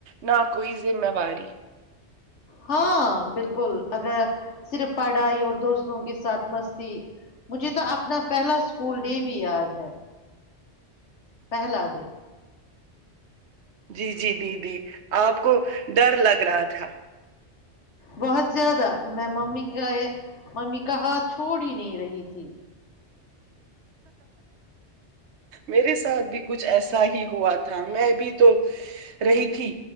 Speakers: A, on the right; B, on the left.
A: نہ کوئی ذمہواری
B: ہاں بالکل اگر صرف پڑھائی اور دوستوں کے ساتھ مستی مجھے تو اپنا پہلا اسکول ڈے بھی یاد ہے پہلا دن
A: جی جی دیدی آپ کو ڈر لگ رہا تھا
B: بہت زیادہ میں م کا ممی کا ہاتھ چھوڑ ہی نہیں رہی تھی
A: میرے ساتھ بھی کچھ ایسا ہی ہوا تھا میں بھی تو رہی تھی